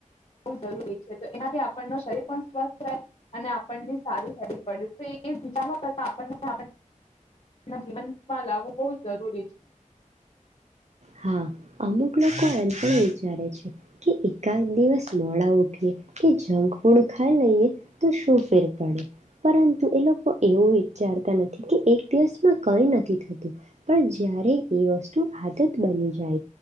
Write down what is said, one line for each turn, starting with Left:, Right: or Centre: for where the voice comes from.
Left: બ જરૂરી છે તો એનાથી આપણ શરીર પણ સ્વસ્થ રહે અને આપણની સારી હેબિટ પડે તો એ વિચારવા કરતા આપણને જીવનમાં લાવવું બહ જરૂરી છે
Right: હા અમુક લોકો એમ પણ વિચારે છે કે એકાદ દિવસ મોડા ઉઠીએ કે જંક ફૂડ ખાઈ લઈએ તો શું ફેર પડે પરંતુ એ લોકો એવું વિચારતા નથી કે એક દિવસમાં કઈ નથી થતું પણ જય્યારે એ વસ્તુ આદત બની જાય